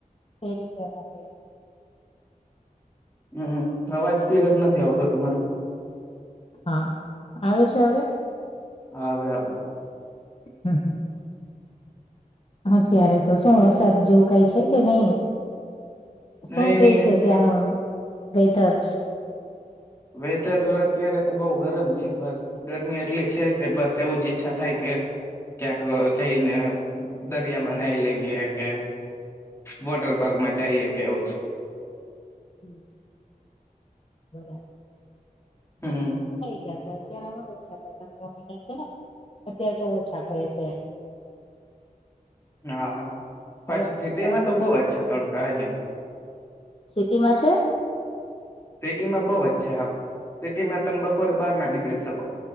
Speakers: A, on the left; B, on the left.
A: તેરીવા લ.
B: હમ્મ. અવાજ ક્લિયર નથી આવતો તમારો.
A: હા આવે છે હવે.
B: હાવે હ ભી.
A: હમ્મ હ. હાત્યારે તો શું વરસાદ જેવું કઈ છે કે નહી. શું
B: નહી
A: કે
B: નહી અત્યારે
A: છે ત્યાંનું. વેદર.
B: વેધર અત્યારે તો બહુ ગરમ છે બસ ગરમી એટલી છે કે બસ એવું જ ઈચ્છા થાય કે ક્યાંક જઈને દરિયામાં નાઈ લઈએ કે વોટર પાર્કમાં જઈએ કે એવું જ.
A: હમ્મ. બરા.
B: હમ
A: થઈ જશે અત્યારે હ. છેને અત્યારે તો ઓછા કરે છે.
B: હા પાછું
A: હવે તો વરસાદ
B: સિટીમાં તો બઉ જ છે તડકા હજી.
A: સિટીમાં છે?
B: સિટીમાં બહ જ છે હા સિટીમાં તમે બપોરે બહાર ના નીકળી શકો